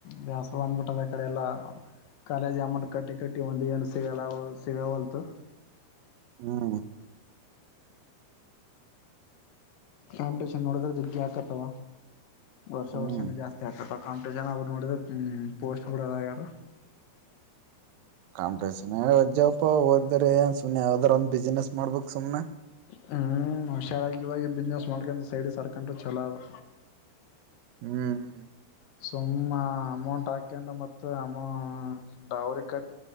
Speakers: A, on the left (about 65°); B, on the right (about 75°).
A: ಬ್ಯಾಸ ಬಂದ್ಬಿಟ್ಟದ ಆ ಕಡೆ ಎಲ್ಲ ಕಾಲೇಜ್ ಅಮನ್ ಕಟ್ಟಿ ಕಟ್ಟಿ ಒಂದು ಏನು ಸಿಗಲ್ಲ ಸಿಗಾವಲ್ತು
B: ಹ್ಮ
A: ಕಾಂಪಿಟೇಷನ್ ನೋಡಿದ್ರೆ ಗ್ಗೆ ಹಾಕತ್ತವ ವರ್ಷ
B: ಹ್ಮ್
A: ವರ್ಷನ ಜಾಸ್ತಿ ಆಗ್ತ ಕಾಂಪಿಟಷನ್ ಅವ ನೋಡಿದ್ರ ಪೋಸ್ಟ್ ಬಿಡದ್ಯಾರ
B: ಕಾಂಪ ಅಜ್ಜಪ ಓದ್ದ್ರ ಏನ್ ಸುಮ್ಮನೆ ಯಾವ್ದಾರ ಒಂದ್ ಬಿಸ್ನೆಸ್ ಮಾಡ್ಬೇಕು ಸುಮನೆ
A: ಹಞ ಹುಷಾರಾಗಿವಾಗಿ ಬಿಸ್ನೆಸ್ ಮಾಡ್ಕೊಂಡು ಸೈಡ್ ಸರ್ಕೊಂಡ್ರು ಚಛಲೋ ಅದು
B: ಹ್ಮ್ ಹ್ಮ್
A: ಸುಮ್ಮ ಅಮೌಂಟ್ ಹಾಕೊಂಡು ಮತ್ತು ಅಮೌ ಅವ್ರಿಗೆ ಕಟ್ಟ